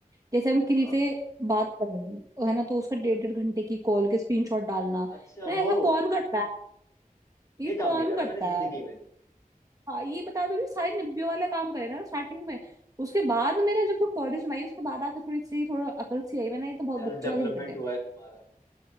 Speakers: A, on the right; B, on the left.
A: जैसे हम
B: हाँ
A: किसी
B: हाँ
A: से बात कर रहे हैं तो है ना तो उसका डेढ़
B: हाँ।
A: डेढ़ घंटे की कॉल के स्क्रीनशॉट डालना
B: अच्छा
A: ना
B: वो
A: ऐसा कौन करता है ये
B: ये काम
A: कौन
B: नहीं करा
A: करता
B: मैंने जिंदगी
A: है
B: में
A: हाँ ये बता दो जो सारे निब्बे वाला काम करे ना स्टार्टिंग में उसके बाद मेरा जब कॉलेज में आई उसके बाद आके थोड़ी सी थोड़ा अकल सी आई मैंने ये तो बहुत
B: सेल्फ
A: बच्चों
B: डेवलपमेंट
A: वाली हरकत है
B: हुआ है तुम्हारा